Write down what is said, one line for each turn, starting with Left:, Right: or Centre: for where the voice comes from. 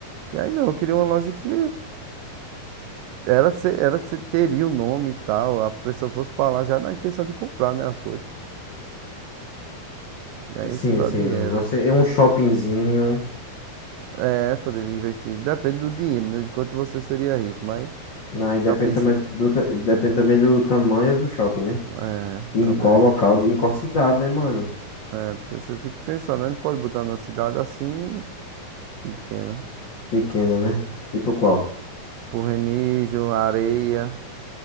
Right: E aí não, eu queria uma loja que era, se- era se teria o nome e tal. A pessoa fosse pra lá já na intenção de comprar, né, as coisas. E aí
Left: Sim,
Right: isso dá
Left: sim.
Right: dinheiro.
Left: Você, é um shoppingzinho.
Right: É, poderia investir. Depende do dinheiro, né? De quanto você seria rico, mas
Left: Não, e depende
Right: shoppingzinho.
Left: também do, ta- depende também do tamanho do shopping, né?
Right: É,
Left: E
Right: também.
Left: em qual local, em qual cidade, né, mano?
Right: É, porque você tem que pensar, né? Não pode botar numa cidade assim pequena.
Left: Pequena, né? Tipo qual?
Right: Tipo Remígio, Areia,